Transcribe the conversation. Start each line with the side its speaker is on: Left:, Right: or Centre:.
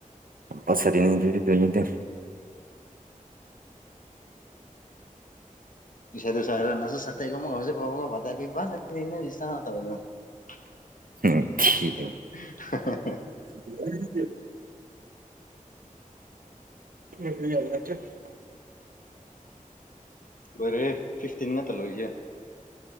Right: ꯄꯁꯔꯤꯅꯤꯗ ꯑꯗꯨꯗ
Left: ꯄꯁꯗꯔ ꯆꯁꯨ ꯐꯕ
Right: ꯎꯝ
Left: ꯍꯥꯎꯗ
Right: ꯊꯤꯕ <unintelligible> ꯃꯅꯤ ꯌꯥꯆ <unintelligible>
Left: ꯂꯣꯏꯔꯦ ꯐꯤꯐꯇꯤꯟ ꯉꯇ ꯂꯣꯏꯁꯦ